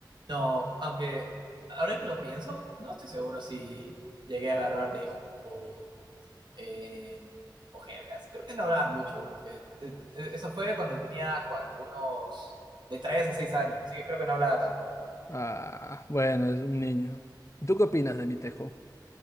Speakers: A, on the right; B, on the left.
A: No, aunque ahora que lo pienso, no estoy seguro si llegué a agarrar lejos o eh, Jergas, Creo que no hablaba mucho. porque, eh, eh, eso fue cuando tenía, ¿cuánto? Unos de 3 a 6 años. Así que creo que no hablaba tanto.
B: Ah, bueno, es un niño. ¿Tú qué opinas de mi tejo?